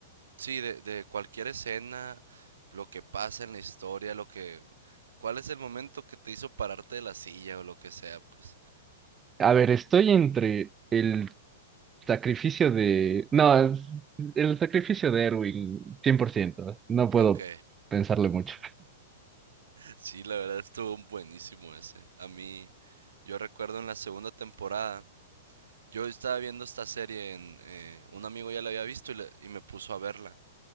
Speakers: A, on the right; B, on the right.
A: Sí, de, de cualquier escena, lo que pasa en la historia, lo que... ¿Cuál es el momento que te hizo pararte de la silla o lo que sea? Pues,
B: A ver, estoy entre el sacrificio de... No, es- el sacrificio de Erwin, cien por ciento No puedo
A: ok.
B: pensarle mucho.
A: Sí, la verdad estuvo buenísimo ese. A mí, yo recuerdo en la segunda temporada, yo estaba viendo esta serie, en, eh, un amigo ya la había visto y, le- y me puso a verla,